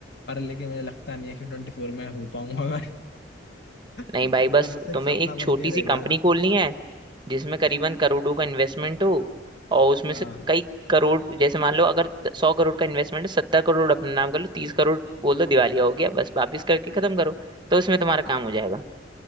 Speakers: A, on the left; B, on the right.
A: पर लेकिन मुझे लगता नहीं है कि ट्वेंटी फोर में हो पाऊंगा मैं <laughs>
B: नहीं भाई
A: वो
B: बस
A: तो बस एक
B: तुम्हें
A: सपना
B: एक छोटी
A: बन के रह
B: सी
A: गया
B: कंपनी
A: है।
B: खोलनी है जिसमें करीबन करोड़ों का इन्वेस्टमेंट हो और उसमें
A: हाँ
B: से कई करोड़ जैसे मान लो अगर सौ करोड़ का इन्वेस्टमेंट है सत्तर करोड़ अपने नाम कर लो तीस करोड़ बोल दो दिवालिया हो गया बस वापस करके खत्म करो तो उसमें तुम्हारा काम हो जाएगा